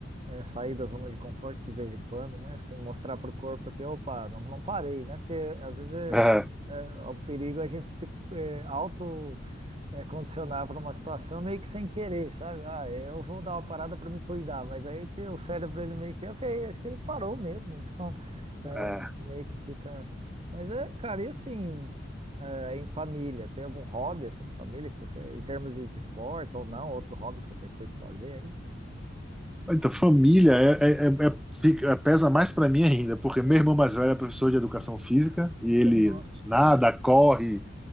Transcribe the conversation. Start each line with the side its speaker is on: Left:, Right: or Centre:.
Right: É, sair da zona de conforto de vez em quando, né? Assim, mostrar para o corpo que, opa, não, não parei, né? Porque às vezes é,
Centre: É,
Right: é, é o perigo é a gente se é, auto é, condicionar para uma situação meio que sem querer, sabe? Ah, eu vou dar uma parada para me cuidar, mas aí que o cérebro ele meio que, ok, acho que ele parou mesmo, <laughs> então é,
Centre: é.
Right: meio que fica. Mas é, cara, e assim, é, em família, tem algum hobby assim, em família que você, em termos de, de esportes ou não, outro hobby que você curte fazer aí?
Centre: Então, família é, é- é- é- fica- é, pesa mais para mim ainda, porque
Right: Hum,
Centre: meu irmão mais velho é professor de educação física e ele
Right: Nossa.
Centre: nada, corre,